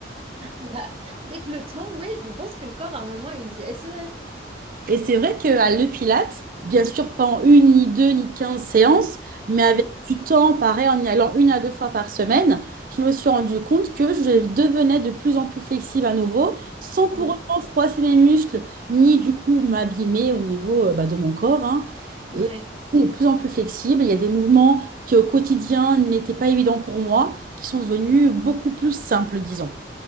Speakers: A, on the right; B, on the right.
A: <laughs> Là, Avec le temps, ouais, je pense que le corps, à un moment, il dit SOS.
B: Et c'est vrai qu'à le Pilate, bien sûr, pas en une, ni deux, ni quinze séances, mais
A: Hum,
B: avec du temps, pareil, en y allant une à deux fois par semaine, je me suis rendu compte que je devenais de plus en plus flexible à nouveau, sans pour
A: hum.
B: autant froisser mes muscles, ni du coup m'abîmer au niveau euh, bah, de mon corps, hein.
A: Ouais.
B: Et je suis de plus en plus flexible. Il y a des mouvements qui au quotidien n'étaient pas évidents pour moi, qui sont devenus beaucoup plus simples, disons.